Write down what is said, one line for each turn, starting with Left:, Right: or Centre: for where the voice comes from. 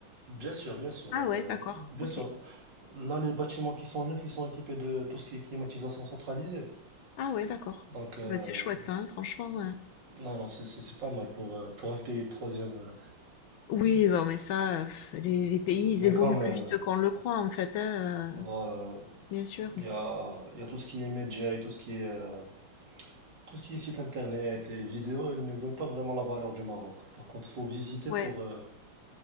Right: Bien sûr, bien sûr,
Left: Ah
Right: euh,
Left: ouais, d'accord.
Right: bien
Left: Ok.
Right: sûr. Là, les bâtiments qui sont neufs, ils sont équipés de tout ce qui est climatisation centralisée.
Left: Ah ouais, d'accord.
Right: Donc, euh,
Left: Ah bah, c'est chouette ça, hein, franchement. ouais.
Right: non, non, c'est c'est- c'est pas mal pour, euh, pour un pays de troisième. euh.
Left: Oui, non, mais ça, euh, pff, les, les pays, ils
Right: Mais
Left: évoluent
Right: quand même,
Left: plus vite
Right: euh,
Left: qu'on le croit, en fait, hein,
Right: voilà,
Left: euh, bien sûr.
Right: il y a, il y a tout ce qui est médias et tout ce qui est, euh, tout ce qui est site internet et vidéo, ils ne donnent pas vraiment la valeur du Maroc. Par contre, faut visiter
Left: Ouais,
Right: pour, euh,